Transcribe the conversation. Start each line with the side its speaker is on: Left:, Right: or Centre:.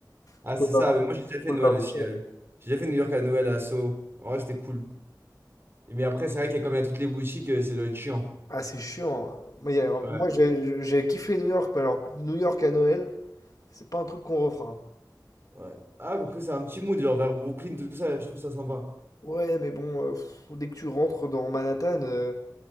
Right: Ah,
Left: Tu pouvais
Right: c'est
Left: pas
Right: ça,
Left: marcher.
Right: mais moi j'ai déjà
Left: Tu
Right: fait
Left: pouvais
Right: Noël
Left: pas marcher.
Right: aussi. euh. J'ai déjà fait New York à Noël à Soho. En vrai, c'était cool. Mais après, c'est vrai qu'il y a comme il y a toutes les boutiques, euh, ça doit être chiant.
Left: Ah, c'est chiant. Moi, il y a un-
Right: Ouais.
Left: moi, j'ai j'ai kiffé New York, mais alors New York à Noël, c'est pas un truc qu'on refera.
Right: Ouais. Ah, quoique c'est un petit mood, genre vers Brooklyn, tout ça, je trouve ça sympa.
Left: Ouais, mais bon, euh, pff, dès que tu rentres dans Manhattan. euh,